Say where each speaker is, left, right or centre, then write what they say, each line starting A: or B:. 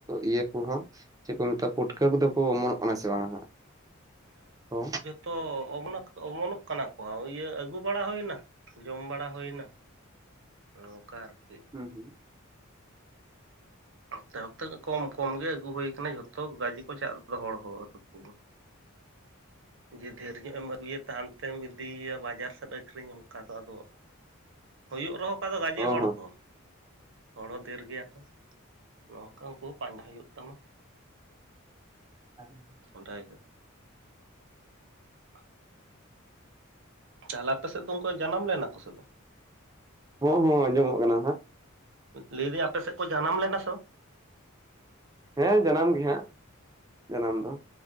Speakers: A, on the right (about 15°); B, on the right (about 60°).
A: ᱤᱭᱟᱹ ᱠᱚᱦᱚᱸ ᱪᱮᱫ ᱠᱚ ᱢᱮᱛᱟᱜᱼᱟ ᱯᱩᱴ? ᱯᱤᱠᱟᱹ ᱠᱚᱫᱚ ᱠᱚ ᱚᱢᱚᱱᱚᱜ ᱠᱟᱱᱟ ᱥᱮ ᱵᱟᱝᱟ ᱦᱟᱸᱜ ᱚ?
B: ᱛᱚ ᱚᱢ ᱚᱢᱚᱱᱚᱜ ᱠᱟᱱᱟ ᱠᱚ ᱤᱭᱟᱹ ᱟᱹᱜᱩ ᱵᱟᱲᱟ ᱦᱩᱭᱮᱱᱟ? ᱡᱚᱢ ᱵᱟᱲᱟ ᱦᱩᱭᱱᱟ ᱚᱱᱠᱟ ᱟᱨᱠᱤ
A: ᱦᱩᱸ ᱦᱩᱸ
B: ᱚᱠᱛᱟ ᱚᱯᱛᱮ ᱠᱚᱢ ᱠᱚᱢ ᱜᱮ ᱟᱹᱜᱩ ᱦᱩᱭ ᱟᱠᱟᱱᱟ ᱡᱷᱚᱛᱚ ᱜᱟᱡᱤ ᱠᱚ ᱪᱟᱞ ᱞᱮᱫᱟ ᱦᱚᱲ ᱦᱚᱸᱩᱠᱩ᱾ ᱡᱮ ᱰᱷᱮᱨ ᱧᱚᱜ ᱮᱢ ᱟᱹᱜᱩᱭᱟ ᱛᱟᱦᱟᱱᱛᱮᱢ ᱤᱫᱤᱭᱮᱭᱟ ᱵᱟᱡᱟᱨ ᱥᱮᱫ ᱟᱹᱠᱷᱨᱤᱧᱟ ᱚᱱᱠᱟ ᱫᱚ ᱟᱫᱚ, ᱦᱩᱭᱩᱜ ᱨᱮᱦᱚᱸ ᱠᱟ ᱫᱚ ᱜᱟᱡᱮ
A: ᱦᱚᱸ
B: ᱦᱚᱲ
A: ᱦᱚᱸ
B: ᱫᱚ ᱦᱚᱲᱚ ᱫᱷᱮᱨ ᱜᱮᱭᱟ ᱠᱚ ᱱᱚᱝᱠᱟ ᱩᱱᱠᱩ ᱯᱟᱸᱰᱟᱟᱣ ᱦᱩᱭᱩᱜ ᱛᱟᱢᱟ᱾
A: <inaudible>
B: ᱚᱴᱟᱭ ᱞᱮᱠᱟ, ᱟᱦ ᱛᱟᱦᱚᱞᱮ ᱟᱯᱮ ᱥᱮᱫ ᱫᱚ ᱩᱱᱠᱩ ᱡᱟᱱᱟᱢ ᱞᱮᱱᱟ ᱠᱚ ᱥᱮ ᱵᱟᱝ?
A: ᱦᱚᱸ ᱦᱚᱸ ᱟᱸᱡᱚᱢᱚᱜ ᱠᱟᱱᱟ ᱦᱟᱸᱜ᱾
B: ᱞᱟᱹᱭ ᱫᱟᱹᱧ ᱟᱯᱮ ᱥᱮᱫ ᱠᱚ ᱡᱟᱱᱟᱢ ᱞᱮᱱᱟ ᱥᱮ ᱵᱟᱝ?
A: ᱦᱮᱸ ᱡᱟᱱᱟᱢ ᱜᱮ ᱦᱟᱸᱜ ᱡᱟᱱᱟᱢ ᱫᱚ᱾